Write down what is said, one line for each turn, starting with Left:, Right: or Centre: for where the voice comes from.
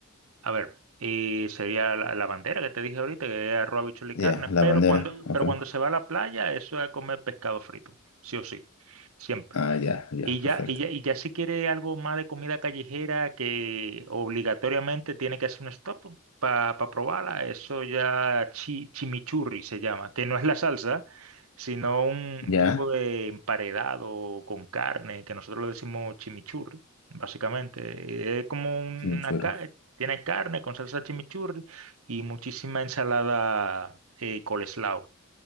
Right: A ver, y sería la, la bandera que te dije ahorita, que es arroz, habichuela y
Left: Ya,
Right: carne.
Left: la
Right: Pero
Left: bandera.
Right: cuando,
Left: Ok.
Right: pero cuando se va a la playa, eso es comer pescado frito. Sí o sí. Siempre.
Left: Ah, ya, ya,
Right: Y
Left: perfecto.
Right: ya, y ya, y ya si quiere algo más de comida callejera que obligatoriamente tiene que hacer un stop para probarla, eso ya chi- chimichurri se llama, que no es la salsa, sino un
Left: Ya,
Right: tipo de emparedado con carne, que nosotros le decimos chimichurri, básicamente. Es como una
Left: chimichurro.
Right: carne, tiene carne con salsa chimichurri y muchísima ensalada eh, coleslaw,